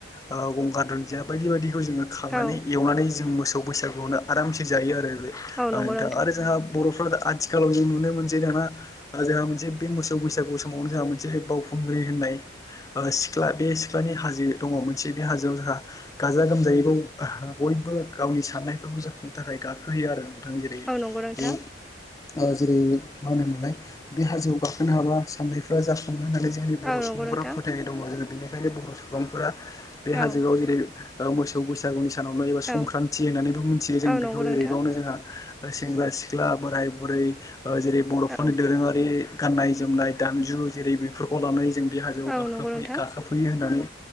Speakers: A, on the left (about 15°); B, in the centre.
A: ओ गंगार दुन्दिया बायदि बायदि बेखौ जोङो खांनानै
B: औ
A: एवनानै जों मोसौ बैसागुआवनो आरामसे जायो आरो। ओ
B: औ नंगौ
A: नोंथां आरो जोंहा बर'फ्रा आथिखालाव जों नुनो मोनसै दाना जोंहा मोनसे बे मो सौ बैसागु समावनो जोंहा मोनसे बावखुंग्रि होननाय सिख्ला बे सिख्लानि हाजो दङ मोनसे बे हाजोआव जोंहा गाजा गोमजायै बाव बय बो गावनि साननायफोरखौ जाफुंनो थाखाय गाखोयो आरो। थां जेरै
B: औ नंगौ नोंथां
A: बेयाव जेरै मा होनोम मोनलाय बे हाजोआव गा खोनो हाबा साननायफ्रा जाफुङो होननानै जोंनि बर'
B: औ नंगौ
A: सुबुंफोरा
B: नोंथां
A: फोथायनाय दङ जोङो बेनिखायनो बर' सुबुंफोरा बे हाजोआव
B: औ
A: जेरै ओ मोसौ बैसागुनि सानावनो एबा
B: औ
A: संक्रान्थि होननानैबो मोनथियो जों
B: औ
A: बेखौ
B: नंगौ नोंथां
A: जेरै बावनो जोंहा सेंग्रा सिख्ला बोराय बुरै ओ जेरै बर'फोरनि
B: औ
A: दोरोङारि गाननाय जोमनाय दामजु जेरै बेफोरखौ लानानै जों बे हाजोआव
B: औ
A: गाखोफै
B: नंगौ नोंथां
A: गाखोफैयो होननानै